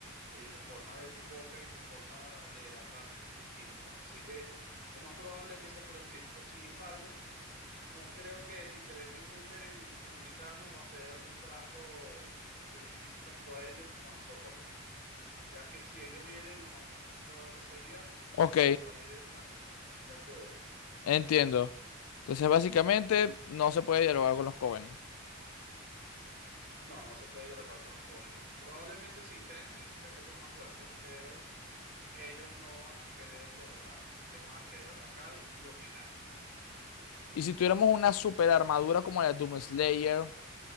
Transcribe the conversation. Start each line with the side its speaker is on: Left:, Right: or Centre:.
Right: eh, la forma de su boca y su forma de hablar son muy distintas. Así que lo más probable es que sea por escrito. Sin embargo, no creo que se interesen mucho en comunicarnos o hacer algún trato que beneficie tanto a ellos como a nosotros, ya que si ellos vienen, lo más probable sería
Left: Ok,
Right: para invadir el planeta y alinearse de él.
Left: entiendo. Entonces, básicamente, no se puede dialogar con los Covenant.
Right: No, no se puede dialogar con los Covenant. Probablemente se intente, ya que son más fuertes, pero ellos no van a querer dialogar, ellos van a querer atacar y dominar.
Left: Y si tuviéramos una super armadura como la de Doom Slayer,